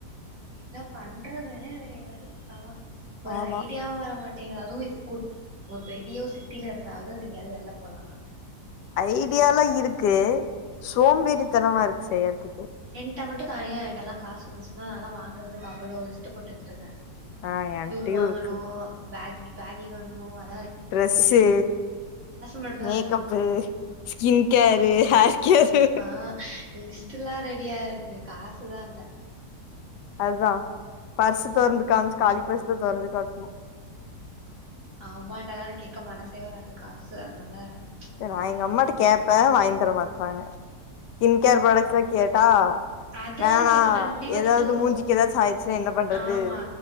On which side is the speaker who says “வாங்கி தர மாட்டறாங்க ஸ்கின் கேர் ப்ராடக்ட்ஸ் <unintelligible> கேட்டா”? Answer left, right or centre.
Left